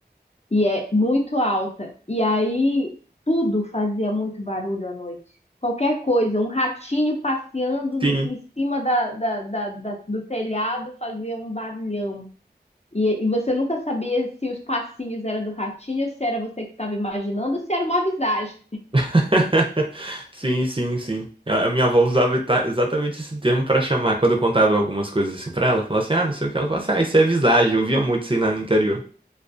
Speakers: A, on the left; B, on the right.
A: e é muito alta. E aí tudo fazia muito barulho à noite. Qualquer coisa, um ratinho passeando
B: Sim.
A: em cima da, da, da, da- do telhado fazia um barulhão. E, e você nunca sabia se os passinhos eram do ratinho, se era você que estava imaginando, se era uma visagem.
B: <laughs> Sim, sim, sim. A a minha avó usava eta- exatamente esse termo pra chamar. Quando eu contava algumas coisas assim pra ela, falava assim: ah, não sei o que. Ela falava assim: ah, isso é visagem. Eu via muito isso aí lá no interior.